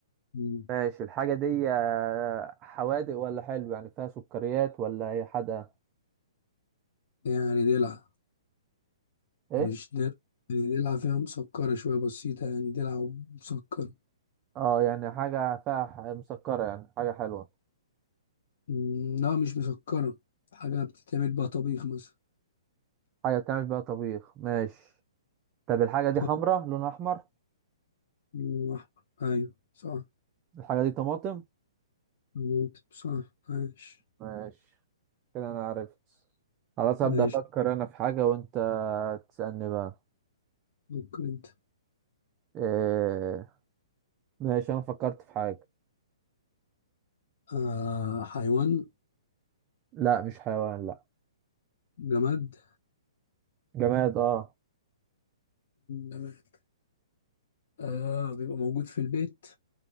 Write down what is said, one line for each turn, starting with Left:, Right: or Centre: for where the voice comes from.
Left: مم.
Right: ماشي الحاجة دي آه، حوادق ولا حلو يعني فيها سكريات ولا هي حادقة
Left: يعني دلع
Right: ايه
Left: مش دلع يعني دلع فيها مسكرة شوية بسيطة يعني دلع مسكرة
Right: اه يعني حاجة فيها ح- مسكرة يعني حاجة حلوة
Left: مم، لا مش مسكرة حاجة بتتعمل بقى طبيخ مثلا
Right: حاجة بتعمل بيها طبيخ ماشي طب الحاجة
Left: خضار
Right: دي حمرا لونها أحمر
Left: وأحمر. ايوه صح
Right: الحاجة دي طماطم
Left: مم، صح ماشي
Right: ماشي كده أنا عرفت خلاص هبدأ
Left: ماشي
Right: أفكر أنا في حاجة وأنت تسألني بقى
Left: ممكن انت
Right: إيه. ماشي أنا فكرت في حاجة
Left: آه حيوان
Right: لا مش حيوان لا
Left: جماد
Right: جماد اه
Left: جماد آه بيبقى موجود في البيت